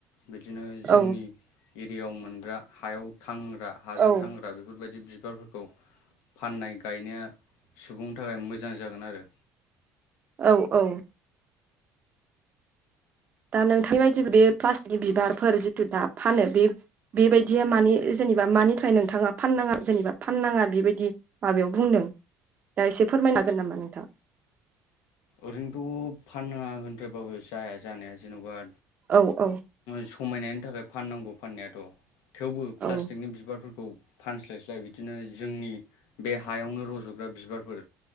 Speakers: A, on the left; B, on the right.
A: बिदिनो जोंनि
B: औ
A: एरियायाव मोनग्रा हायाव थांग्रा हाजों
B: औ
A: थांग्रा बेफोरबायदि बि बिबारफोरखौ फाननाय गायनाया सुबुंनि थाखाय मोजां जागोन आरो
B: औ औ दा नोंथांनि बायदि बे प्लास्टिक बिबारफोर जिथु दा फानो बे बेबायदिया मानि जेनेबा मानि थाखाय नोंथाङा फाननाङा जेनेबा फाननाङा बिबायदि माबायाव बुंदों दा एसे फोरमायनो हागोन नामा नोंथां?
A: ओरैनोथ' फानांङा होनद्रायबाबो जाया जानाया जेन'बा
B: औ औ।
A: समायनायनि थाखाय फाननांगौ फाननायाथ' थेवबो
B: औ
A: प्लास्टिकनि बिबारफोरखौ फानस्लायस्लाय बिदिनो जोंनि बे हायावनो रज'ग्रा बिबारफोर